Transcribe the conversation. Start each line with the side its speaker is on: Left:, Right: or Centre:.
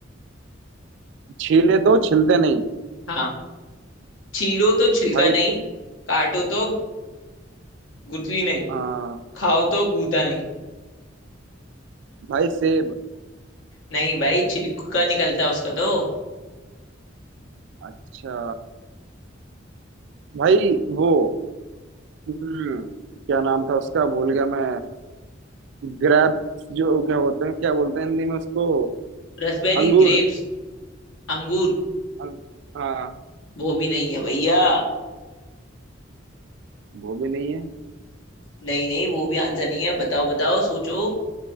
Right: छीले तो छिलते नहीं
Left: हाँ छीलो तो छिलका
Right: भाई
Left: नहीं
Right: तो,
Left: काटो तो गुठली नहीं
Right: हाँ
Left: खाओ तो गूदा नहीं
Right: भाई से
Left: नहीं भाई छिलका निकलता है उसका तो
Right: अच्छा भाई वो हम्म, क्या नाम था उसका भूल गया मैं ग्रेप्स जो क्या होते हैं क्या बोलते हैं हिंदी में उसको
Left: रसबेरी
Right: अंगूर
Left: ग्रेप्स अंगूर
Right: अंग, हाँ
Left: वो भी नहीं है भैया
Right: वो भी नहीं है
Left: नहीं नहीं वो भी आंसर नहीं है बताओ बताओ सोचो